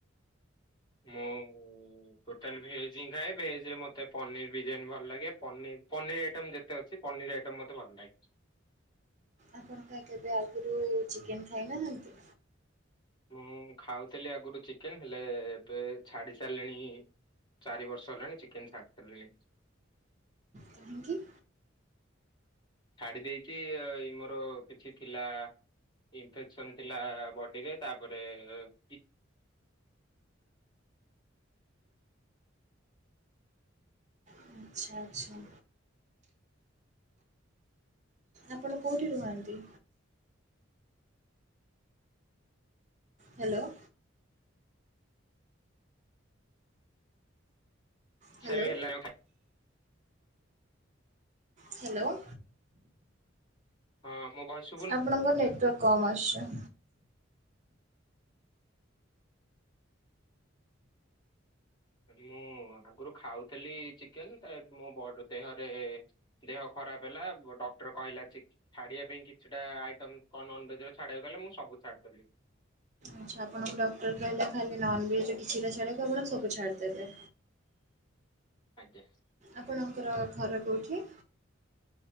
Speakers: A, on the left; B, on the right.
A: ମୁଁ ଟୋଟାଲ୍ ଭେଜ୍ ହିଁ ଖାଏ ଭେଜରେ ମୋତେ ପନିର ବିରିୟାନୀ ଭଲ ଲାଗେ ପନିର୍ ପନିର୍ ଆଇଟମ୍ ଯେତେ ତେ ଅଛି ପନିର ଆଇଟମ୍ ମତେ ଭଲ ଲାଗେ।
B: ଆପଣ କାଇଁ କେବେ ଆଗରୁ ଚିକେନ ଖାଇନାହାନ୍ତି?
A: ମୁଁ ଖାଉଥିଲି ଆଗରୁ ଚିକେନ ହେଲେ ଏବେ ଛାଡ଼ି ସାରିଲିଣି ଚାରି ବର୍ଷ ହେଲାଣି ଚିକେନ୍ ଛାଡ଼ି ସାରିଲିଣି।
B: କାହିଁକି?
A: ଛାଡ଼ି ଦେଇଛି ଏଇ ମୋର କିଛି ଥିଲା ଇନଫେକ୍ସନ୍ ଥିଲା ବଡ଼ିରେ ତାପରେ ଏ ଏ
B: ଆଚ୍ଛା ଆଚ୍ଛା। ଆପଣ କୋଉଠି ରୁହନ୍ତି? ହ୍ୟାଲୋ।
A: ଇଚ୍ଛା
B: ହ୍ୟାଲୋ
A: ବି ହେଲାଣି
B: ହ୍ୟାଲୋ।
A: ହଁ ମୋ ଭଏସ୍
B: ଆପଣଙ୍କର ନେଟୱାର୍କ କମ ଆସୁଛି।
A: ମୁଁ ଆଗରୁ ଖାଉଥିଲି ଚିକେନ ତ ଏବେ ମୋ ବ ଦେହରେ ଦେହ ଖରାପ ହେଲା ବଟ ଡକ୍ଟର କହିଲା ଚିକ୍ ଛାଡ଼ିବା ପାଇଁ କିଛିଟା ଆଇଟମ୍ କଣ ନନଭେଜ ଛାଡ଼ିବାକୁ କହିଲେ ମୁଁ ବି ସବୁ ଛାଡ଼ିଦେଲି।
B: ଆଛା ଆପଣଙ୍କୁ ଡକ୍ଟର କହିଲା ଖାଲି ନନଭେଜ କିଛିଟା ଛାଡ଼ିବାକୁ ଆପଣ ସବୁ ଛାଡିଦେଲେ।
A: ଆଜ୍ଞା।
B: ଆପଣଙ୍କର ଘର କଉଠି?